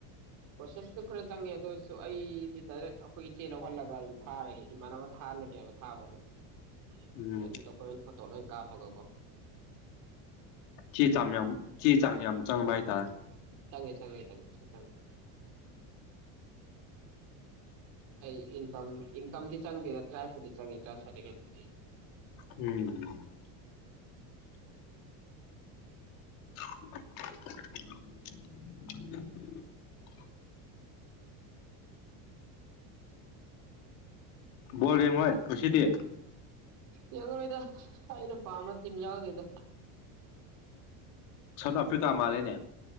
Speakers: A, on the right; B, on the left.
A: ꯄ꯭ꯔꯣꯁꯦꯁꯇꯨ ꯈꯔ ꯆꯪꯉꯦ ꯑꯗꯨ ꯑꯣꯏꯔꯁꯨ ꯑꯩꯗꯤ ꯗꯥꯏꯔꯦꯛ ꯑꯩꯈꯣꯏ ꯏꯆꯦ ꯂꯧꯍꯜꯂꯒ ꯑꯗꯨꯝ ꯊꯥꯔꯒ ꯏꯃꯥꯟꯅꯕ ꯊꯥꯍꯜꯂꯒꯦꯕ ꯊꯥꯕ ꯑꯗꯨꯗꯤ
B: ꯎꯝ
A: ꯅꯣꯏ ꯗꯣꯀꯨꯃꯦꯟ ꯐꯣꯇꯣ ꯂꯣꯏ ꯀꯥꯞꯄꯒꯀꯣ
B: ꯊꯤ ꯆ ꯆꯤ ꯆꯥꯡꯅꯤ ꯆꯥꯡꯉ ꯥꯏ ꯇꯥꯔ
A: ꯆꯪꯉꯦ ꯆꯪꯉꯦ ꯆꯪꯦ ꯆꯦ ꯑꯩ ꯏꯟꯀꯝ ꯏ ꯀꯝꯗꯤ ꯆꯪꯗꯦꯗ ꯇ꯭ꯔꯥꯄꯨꯗꯤ ꯆꯪꯉꯦꯗ꯭ꯔꯔꯇꯦꯠꯨꯗꯤ
B: ꯎꯝ <unintelligible> <unintelligible> ꯣꯔꯦ ꯍꯣꯏ ꯍꯁꯤꯗꯦ
A: ꯌꯦꯡꯉꯔꯣꯏꯗ ꯑꯩ ꯅꯨꯄꯥ ꯑꯃ ꯇꯤꯝ ꯌꯥꯎꯗꯣꯏꯗ
B: ꯁꯟ ꯑꯐ꯭ꯔꯤꯀꯥ ꯃꯥ ꯂꯩꯅꯦ